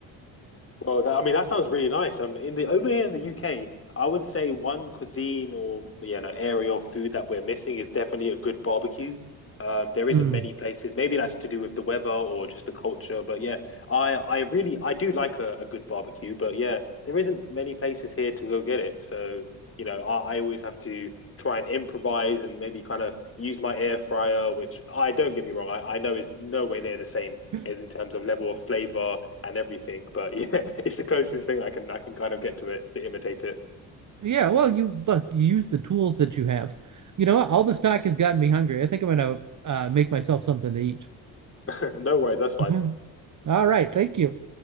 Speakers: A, on the left (about 35°); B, on the right (about 45°).
A: Well, that, I mean, that sounds really nice. Um, in the over here in the UK, I would say one cuisine or you know area of food that we're missing is definitely a good barbecue. Um, there isn't
B: Mm.
A: many places. Maybe that's to do with the weather or just the culture. But yeah, I I really I do like a, a good barbecue. But yeah, there isn't many places here to go get it. So you know, I, I always have to try and improvise and maybe kind of use my air fryer, which I don't get me wrong, I, I know is nowhere near the same
B: <laughs>
A: as in terms of level of flavor and everything. But <laughs> yeah, it's the closest thing I can I can kind of get to it to imitate it.
B: Yeah, well, you look, you use the tools that you have. You know, all this talk has gotten me hungry. I think I'm gonna uh, make myself something to eat.
A: <laughs> no worries, that's fine.
B: <laughs> All right, thank you.